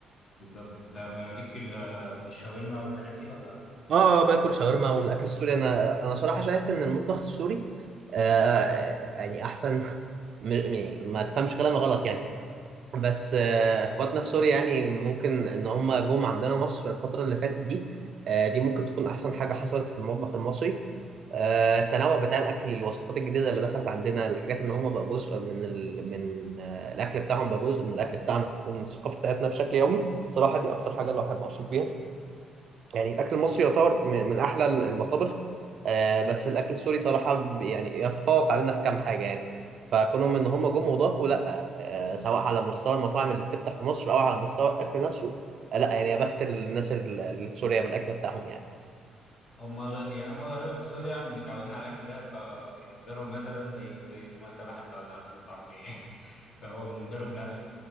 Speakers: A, on the left; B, on the right.
A: بالظبط انت مالك في ال- في الشاورما والحاجات دي ولا
B: اه باكل شاورما والاكل السوري انا انا صراحه شايف ان المطبخ السوري آه يعني احسن م- يعني ما تفهمش كلامي غلط يعني بس آه اخواتنا في سوريا يعني ممكن ان هم جم عندنا مصر الفتره اللي فاتت دي آه دي ممكن تكون احسن حاجه حصلت في المطبخ المصري آه، التنوع بتاع الاكل الوصفات الجديده اللي دخلت عندنا الحاجات ان هم بقى جزء من ال... من آه، الاكل بتاعهم بقى جزء من الاكل بتاعنا ومن الثقافه بتاعتنا بشكل يومي صراحه دي اكتر حاجه اللي احب ابسط بيها يعني الاكل المصري يعتبر م- من احلى المطابخ آه، بس الاكل السوري صراحه ب- يعني يتفوق علينا في كام حاجه يعني فكونهم ان هم جم وضافوا لا آه، سواء على مستوى المطاعم اللي بتفتح في مصر او على مستوى الاكل نفسه آه، لا يعني يا بخت الناس اللي اللي في سوريا بالاكل بتاعهم يعني
A: هم غ- يعني هم غالبا في سوريا متعودين على الاكل ده فبالنسبه لهم مثلا زي زي مثلا ما احنا متعودين على الفول الطعميه يعني <laughs> فهو بالنسبه لهم لا